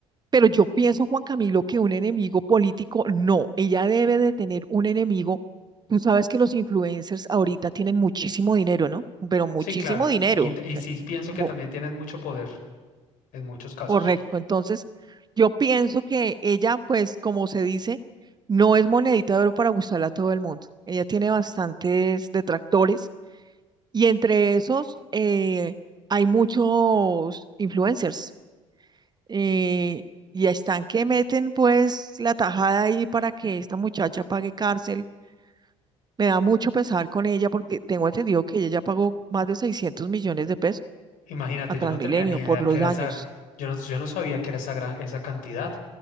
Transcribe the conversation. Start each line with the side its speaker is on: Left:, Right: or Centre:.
Right: pero yo pienso, Juan Camilo, que un enemigo político, no, ella debe de tener un enemigo. Tú sabes que los influencers ahorita tienen muchísimo dinero, ¿no? Pero muchísimo
Left: Sí, claro.
Right: dinero.
Left: Y, t- y
Right: o sea,
Left: sí pienso que
Right: bo-
Left: también tienen mucho poder en muchos casos.
Right: correcto. Entonces, yo pienso que ella, pues, como se dice, no es monedita de oro para gustarle a todo el mundo. Ella tiene bastantes detractores y entre esos eh, hay muchos influencers eh, y están que meten pues la tajada ahí para que esta muchacha pague cárcel. Me da mucho pesar con ella porque tengo entendido que ella ya pagó más de 600 millones de pesos
Left: Imagínate,
Right: a Transmilenio
Left: yo no tenía ni idea
Right: por los
Left: que era
Right: daños.
Left: esa, yo no, yo no sabía que era esa gran, esa cantidad.